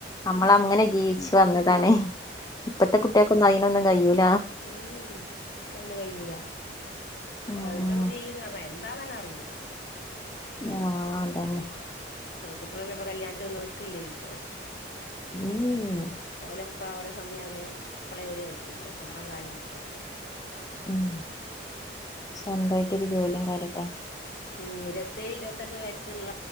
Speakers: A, on the left; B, on the left.
A: നമ്മൾ അങ്ങനെ ജീവിച്ചു വന്നതാണ് ഇപ്പത്തെ കുട്ടിക്ക ഒന്നും അതിനൊന്നും കഴിയൂല്ല
B: ഉം ഉം അയ് നൊന്നും കയൂല <unintelligible>
A: ഉം
B: ചെയ്യന്ന് പറഞ്ഞാ എന്താ തന്നെ അറിയൂല ഓല്ക്
A: ആഹ് അതന്നെ
B: പെൺകുട്ടികൾ അയ്ൻ കല്യാണത്തിും നിൽക്കില്ലല്ലോ പ്പോ
A: ഉം ഉം
B: ഓലെ എപ്പളാ ഓലെ സമയാണ് അപ്പളേ ഓലെ കഴിക്കുള്ളൂ സ്വന്തം കാലിൽ നിന്നിട്ട്
A: ഉം സ്വന്തയിട്ടൊരു ജോലിയും കാര്യ
B: ഉം ഇരുപത്തെഴി ഇരുപത്തെട്ട് വയസ്സുള്ള